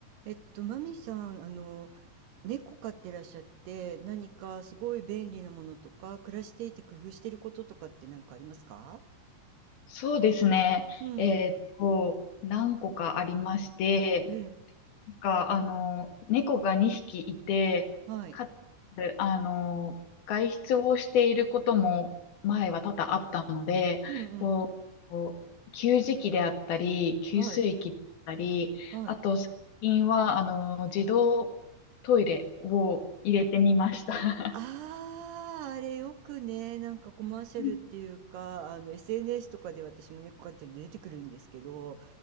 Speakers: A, on the right; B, on the left.
A: えっと、マミさん、あの、猫飼ってらっしゃって、何かすごい便利なものとか、暮らしていて工夫してることとかって何かありますか
B: そうですね。
A: うん。
B: えーっと、何個かありまして、
A: ええ、
B: なんか、あの、猫が2匹いて、
A: はい。
B: かつ、あの、外出をしていることも前は多々あったので、
A: うんうん。
B: こう、こう給餌器であったり、給水器だったり、
A: はい。はい。
B: あと、最近は、あの、自動トイレを入れてみました。
A: ああ、あれよくね、なんかコマーシャルっていうか、
B: <laughs>
A: あの、SNS とかで私も猫飼ってるんで出てくるんですけど、